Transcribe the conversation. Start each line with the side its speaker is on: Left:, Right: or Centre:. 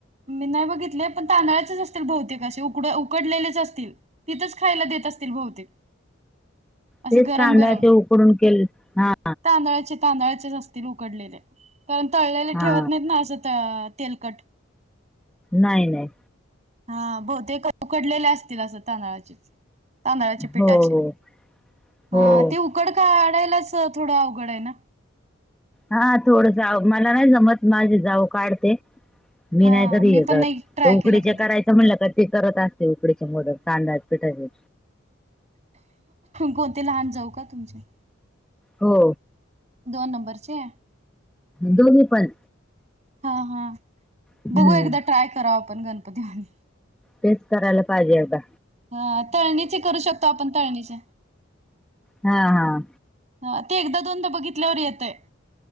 Right: मी नाही बघितले पण तांदळाचेच असतील बहुतेक असे उकड उकडलेलेच असतील. तिथच खायला देत असतील बहुतेक. असं
Centre: तेच
Right: गरम
Centre: तांदळाचे
Right: गरम
Centre: उकडून केले हा.
Right: तांदळाचे तांदळाचेच असतील उकडलेले कारण तळलेले
Centre: हा
Right: ठेवत नाहीत ना असं तेलकट.
Centre: नाही नाही.
Right: हा बहुतेक उकडलेले असतील असं तांदळाचेच. तांदळाचे पिठाचे
Centre: हो हो
Right: ह
Centre: हो
Right: ते उकड काढायलाच थोडं अवघड आहे ना?
Centre: हा थोडस अव मला नाही जमत माझे जाऊ काढते. मी
Right: हा
Centre: नाही कधी हे
Right: पण
Centre: करत
Right: नाही ट्राय
Centre: ते उकडीचे
Right: केलं कधी
Centre: करायचे म्हणलं का ती करत असते उकडीचे मोदक तांदळाच्या पिठाचे.
Right: कोणती लहान जाऊ का तुमची?
Centre: हो.
Right: दोन नंबरची
Centre: दोन्ही पण
Right: हा हा
Centre: हम्म
Right: बघू एकदा ट्राय करु आपण गणपती मधी
Centre: तेच करायला पाहिजे आता.
Right: हा तळणीचे करु शकतो आपण तळणीचे.
Centre: हा हा
Right: हा ते एकदा दोनदा बघितल्यावर येतय.